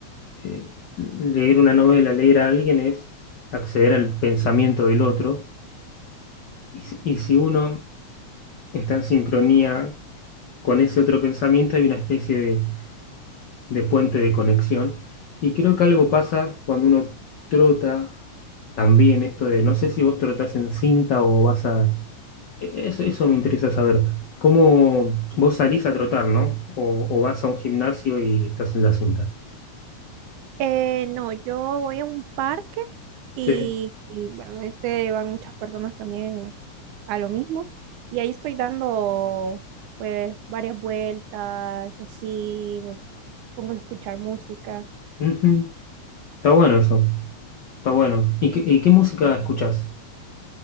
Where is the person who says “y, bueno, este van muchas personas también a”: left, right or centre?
Right